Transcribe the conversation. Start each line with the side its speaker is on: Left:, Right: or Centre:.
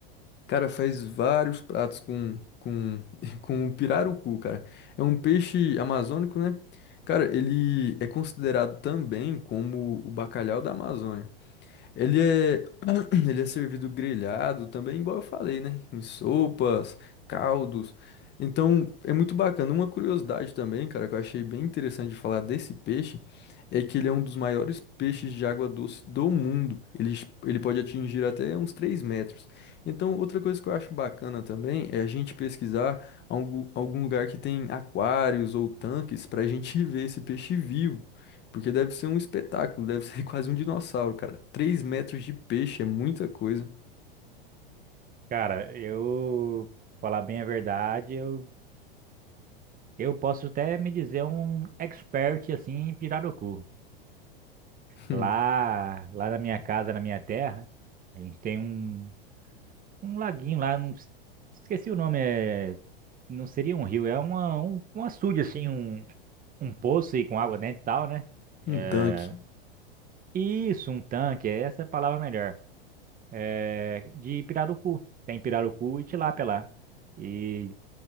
Left: Cara, faz vários pratos com, com, <laughs> com pirarucu, cara. É um peixe amazônico, né? Cara, ele é considerado também como o bacalhau da Amazônia. Ele é <clears throat> Ele é servido grelhado também, igual eu falei, né? Em sopas, caldos. Então, é muito bacana. Uma curiosidade também, cara, que eu achei bem interessante de falar desse peixe, é que ele é um dos maiores peixes de água doce do mundo. Ele, ele pode atingir até uns 3 metros. Então, outra coisa que eu acho bacana também é a gente pesquisar algum, algum lugar que tem aquários ou tanques para a gente <laughs> ver esse peixe vivo. Porque deve ser um espetáculo, deve ser <laughs> quase um dinossauro, cara. Três metros de peixe é muita coisa.
Right: Cara, eu falar bem a verdade, eu, eu posso até me dizer um expert assim em pirarucu.
Left: <laughs>
Right: Lá, lá na minha casa, na minha terra, a gente tem um, um laguinho lá, não, es- esqueci o nome, é, não seria um rio, é uma, um, um açude assim, um, um poço aí com água dentro e tal, né? É,
Left: Um tanque.
Right: Isso, um tanque, essa é a palavra melhor. É, de pirarucu. Tem pirarucu e tilápia lá. E